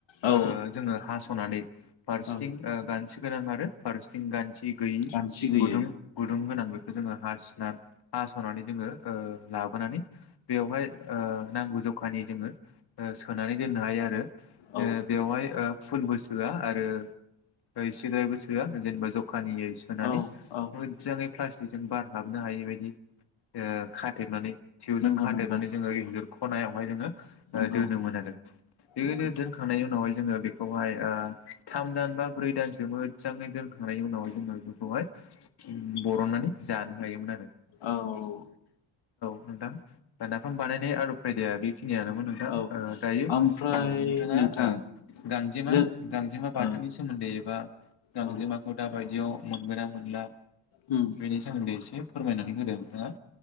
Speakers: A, on the left; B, on the left.
A: औ
B: ओ जोङो हासनानै फारसेथिं
A: औ
B: ओ गानथि गोनां आरो फारसेथिं गान थि गैयि
A: गानथि गैयै
B: गुदुं गुदुं गोनां बैखौ जोङो हासि ना हास'नानै जोङो ओ लाबोनानै बेवहाय ओ नांगौ जखानि जोङो ओ सोनानै दोननो हायो आरो। ओ
A: औ
B: बेवहाय ओ फुलबो सोआ आरो ओ एसेद्रायबो सोआ जेनेबा जख खानियै सोनानै
A: औ औ
B: मोजाङै प्लास्टिकजों बार हाबनो हायि बायदि ओ खाथेबनानै थिवजों
A: नंगौ
B: खाथेनानै
A: नंगौ
B: जोङो इन्जुर खनायावहाय नोङो
A: नंगौ
B: ओ दोनोमोन आरो बेबायनो
A: नंगौ
B: दोनखांनायनि उनावहाय जोङो बेखौहाय आ थाम दान बा ब्रै दानसो मोजाङै दोनखांनायनि उनावहाय जोङो बेफोरखौहाय उम बरननानै जानो हायोमोन आरो।
A: औ औ
B: मोनदां दा नाफाम बानायनाय आरो फायदाया बे खिनियानोमोन नोंथां ओ
A: औ
B: दायो ओ
A: ओमफ्राय
B: नोंथाङा
A: नोंथां
B: ओ गांजेमा
A: जों
B: गांजेमा बाथौनि
A: ओ
B: सोमोन्दै एबा गांजेमाखौ
A: औ
B: दा बायदियाव मोनगोना मोनला?
A: उम
B: बिनि सानमोनदै इस फोरमायनानै होदों नोंथाङा।